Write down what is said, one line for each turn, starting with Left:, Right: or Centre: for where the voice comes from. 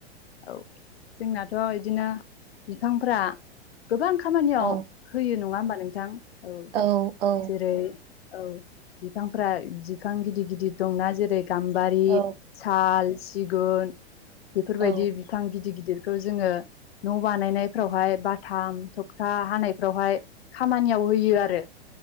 Left: औ जोंनाथ' इदिनो बिफांफ्रा गोबां खामानियाव
Right: औ
Left: होयो नङा होमबा नोंथां औ
Right: औ औ
Left: जेरै औ बिफांफ्रा बिफां गिदिर गिदिर दंना जेरै गाम्बारि
Right: औ
Left: साल सिगुन बेफोरबायदि
Right: औ
Left: बिफां गिदिर गिदिरखौ जोङो न बानायनायफ्रावहाय बाथाम थगथा हानाय फ्रावहाय खामानियाव होयो आरो